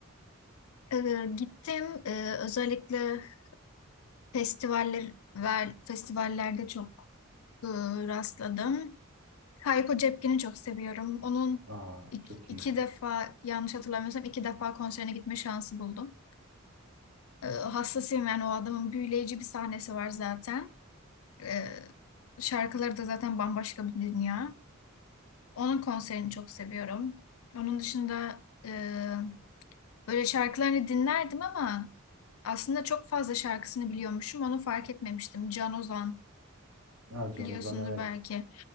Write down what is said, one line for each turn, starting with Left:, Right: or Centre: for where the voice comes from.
Left: Ee, gittim. Ee, özellikle festivaller ver, festivallerde çok e, rastladım. Hayko Cepkin'i çok seviyorum. Onun
Right: Aa
Left: ik-
Right: çok
Left: iki,
Right: iyi.
Left: defa yanlış hatırlamıyorsam iki defa konserine gitme şansı buldum. E, hassasıyım yani o adamın büyüleyici bir sahnesi var zaten. E, şarkıları da zaten bambaşka bir dünya. Onun konserini çok seviyorum. Onun dışında e, böyle şarkılarını dinlerdim ama aslında çok fazla şarkısını biliyormuşum. Onu fark etmemiştim. Can Ozan
Right: Aa Can
Left: biliyorsundur
Right: Ozan evet
Left: belki.